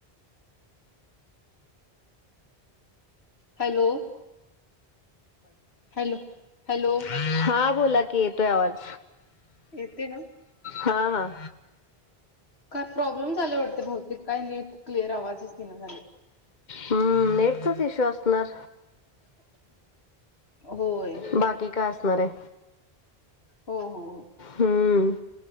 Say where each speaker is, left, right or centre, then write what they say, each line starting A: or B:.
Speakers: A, on the left; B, on the left.
A: Hello. Hello hello
B: हा, बोला की येतोय आवाज.
A: येते ना.
B: हा हा.
A: काय प्रॉब्लेम झाले वाटते बहूतेक काय नेट क्लिअर आवाजच येइना झाले.
B: हा नेटचाच इशू असणार.
A: होय.
B: बाकी काय असणार आहे?
A: हो हो हो.
B: हम्म.